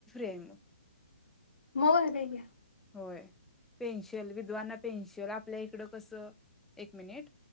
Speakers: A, in the centre; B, on the left (about 65°).
A: तेमु
B: मर ग <unintelligible>
A: होय पेन्शिल विद्वाना पेन्शिल आपल्या इकडं कसं, एक मिनिट.